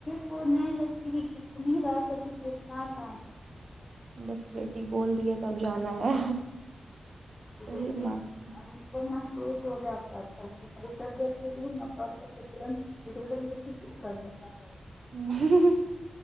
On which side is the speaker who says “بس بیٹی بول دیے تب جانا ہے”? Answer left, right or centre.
Right